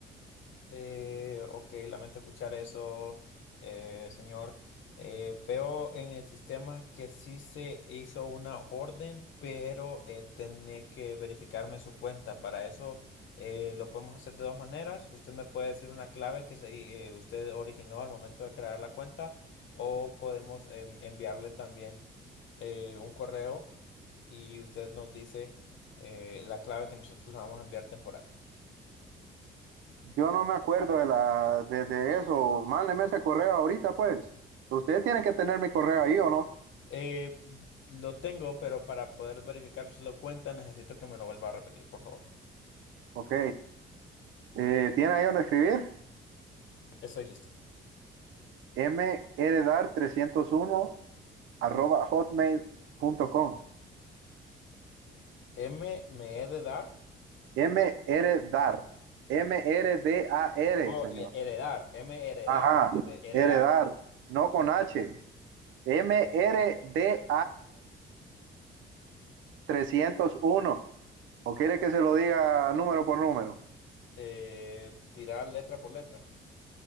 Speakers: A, on the left (about 75°); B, on the right (about 80°).
A: Eh, ok, lamento escuchar eso, eh, señor. Eh, veo en el sistema que sí se hizo una orden, pero eh, tenía que verificarme su cuenta. Para eso eh, lo podemos hacer de dos maneras. Usted me puede decir una clave que se, eh, usted originó al momento de crear la cuenta o podemos em, enviarle también eh, un correo y usted nos dice eh, la clave que nosotros le vamos a enviar temporal.
B: Yo no me acuerdo de la de, de eso. Mándeme ese correo ahorita, pues. Usted tiene que tener mi correo ahí, ¿o no?
A: Eh, lo tengo, pero para poder verificar si lo cuenta, necesito que me lo vuelva a repetir, por favor.
B: Ok. Eh, ¿tiene ahí donde escribir?
A: Estoy listo.
B: mrdar301 arroba hotmail.com.
A: M me he de dar.
B: Mrdar. M-R-D-A-R, M R D A R,
A: o
B: señor.
A: heredar. M heredar.
B: Ajá.
A: here- Heredar.
B: Heredar. No con H. mrdar r d 301. ¿O quiere que se lo diga número por número?
A: Eh, dirá letra por letra.